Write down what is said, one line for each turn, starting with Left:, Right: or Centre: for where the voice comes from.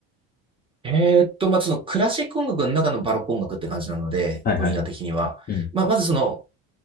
Right: えーっと、まあ、そのクラシック音楽の中のバロック音楽って感じなので、
Left: はいはいはい。
Right: 分野的には。
Left: うん。
Right: まあ、まずその、